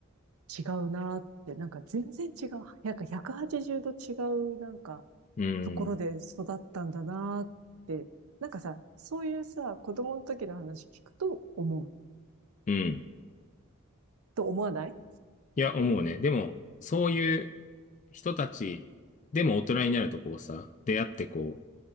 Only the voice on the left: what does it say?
うーん。
うん。
いや、思うね。でも、そういう人たち、でも大人になるとこうさ、出会ってこ